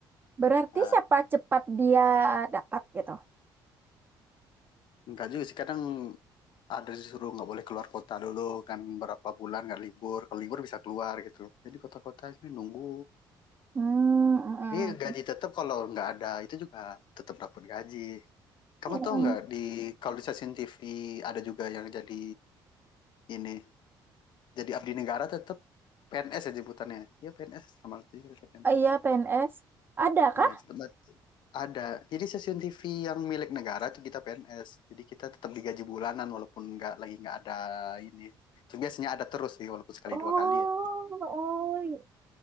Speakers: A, on the right; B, on the left.
A: Berarti
B: nah,
A: siapa cepat dia dapat gitu.
B: enggak juga sih kadang ada disuruh nggak boleh keluar kota dulu kan berapa bulan nggak libur kalau libur bisa keluar gitu jadi kota-kotanya nunggu
A: Hmm, mm, mm,
B: Ini
A: mm.
B: gaji tetap kalau nggak ada itu juga tetap dapat gaji. Kamu
A: Mm,
B: tahu
A: mm.
B: nggak di kalau di stasiun TV ada juga yang jadi ini jadi abdi negara tetap PNS ya sebutannya. Ya PNS sama itu juga tetap PNS.
A: Oh Iya, PNS. Ada kah?
B: Iya tetap ada. Jadi stasiun TV yang milik negara itu kita PNS. Jadi kita tetap digaji bulanan walaupun nggak lagi nggak ada ini. Itu biasanya ada terus sih walaupun sekali
A: Oh,
B: dua kali ya.
A: oh, i-